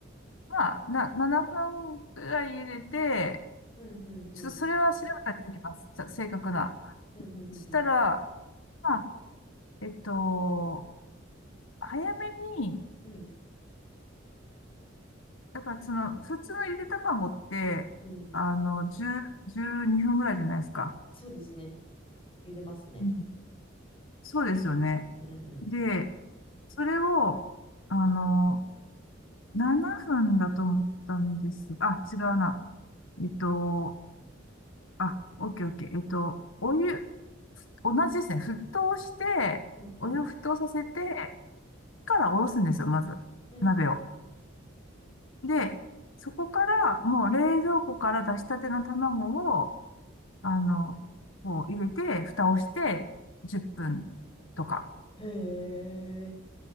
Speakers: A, on the left (about 85°); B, on the left (about 30°).
A: まあ、な、7分ぐらい入れて、
B: うんうんうん。
A: ちょっとそれは調べたりできます。ちゃ正確な。
B: うんうんうんうんうん
A: そしたら、まあ、えっと、早めに、
B: うん、
A: だからその、普通のゆで卵って、
B: うん。
A: あの、10、12分ぐらいじゃないですか。
B: そうですね。茹でますね。
A: うんそうですよね。
B: うんうん。
A: で、それを、あの、7分だと思ったんですが、あ、違うな。えっと、あ、オッケーオッケー。えっと、お湯、同じですね。沸騰して、
B: うんうん。
A: お湯を沸騰させて、からおろすんですよ、まず。
B: うんう
A: 鍋を。で、そこから、もう冷蔵庫から出したての卵を、あの、こう入れて、蓋をして、10分とか。
B: ん。へえ、